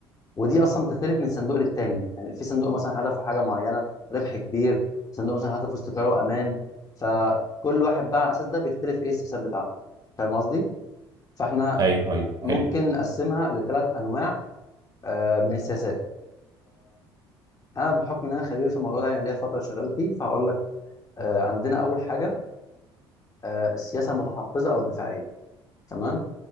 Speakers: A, on the left; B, on the right.
A: ودي اصلا بتختلف من صندوق للتاني يعني في صندوق مثلا هدفه حاجه معينه ربح كبير صندوق مثلا هدفه استقرار وامان فكل واحد بقى على الاساس ده بيختلف ايه السياسات بتاعته فاهم قصدي فاحنا
B: ايوه ايوه
A: ممكن
B: حلو
A: نقسمها لثلاث انواع آه، من السياسات انا بحكم ان انا خبير في الموضوع ده يعني ليا فتره شغال فيه فهقول لك آه، عندنا اول حاجه آه، السياسه المتحفظه او الدفاعيه تمام